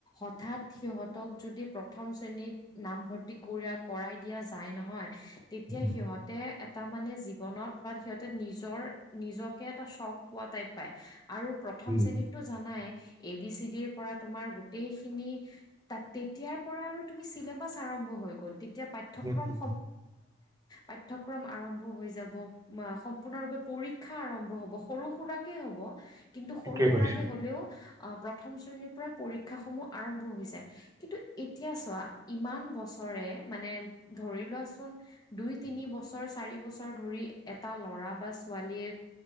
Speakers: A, on the left; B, on the right.
A: অৰ্থাৎ সিহঁতক যদি প্ৰথম শ্ৰেণীত নামভৰ্তি। কৰাই দিয়া যায় নহয়, তেতিয়া
B: উম,
A: সিহঁতে। এটা মানে জীৱনত বা সিহঁতে নিজৰ নিজকে এটা চখ পোৱা টাইপ পায়। আৰু প্ৰথম
B: উম,
A: শ্ৰেণীতটো জানাই এ বি চি ডিৰ পৰা তোমাৰ গোটেইখিনি, তাত তেতিয়াৰ পৰা আৰু তুমি চিলেবাছ আৰম্ভ হৈ গল তেতিয়া পাঠ্যক্ৰম।
B: উম, উম,
A: পাঠ্য়ক্ৰম আৰম্ভ হৈ যাব সম্পূৰ্ণৰূপে <unintelligible> শিক্ষা আৰম্ভ হব, সৰু সুৰাকে হ'ব কিন্তু
B: ঠিকে
A: সৰু সুৰাকে
B: কৈছা
A: হলেও। প্ৰথম শ্ৰেণীৰ পৰাই পৰীক্ষাসমূহ আৰম্ভ হৈ যায়, কিন্তু এতিয়া চোৱা ইমান বছৰ। কৰে মানে ধৰি লোৱাচোন। দুই - তিনি বছৰ চাৰি বছৰ ধৰি এটা ল'ৰা বা ছোৱালীয়ে।